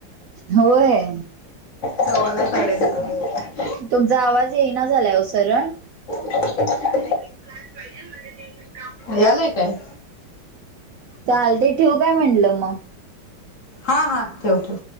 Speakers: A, on the right; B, on the left.
A: होय
B: नवाला साडे नऊला.
A: तुमचा आवाज येईना झालाय ओ सरळ
B: ह
A: पाहिजेल ऽ
B: यालाय काय?
A: चालतय ठेऊ काय म्हटलं मग?
B: हा, हा, ठेव, ठेव.